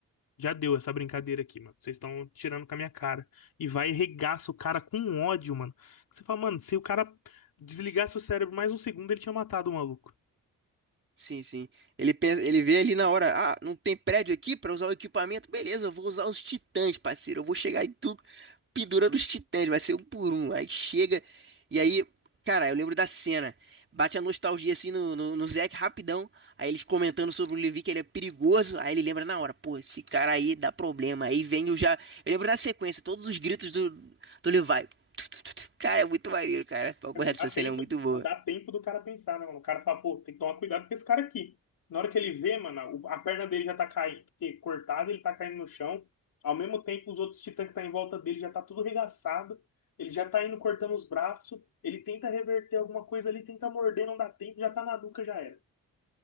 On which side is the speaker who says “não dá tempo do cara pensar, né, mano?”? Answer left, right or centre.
Left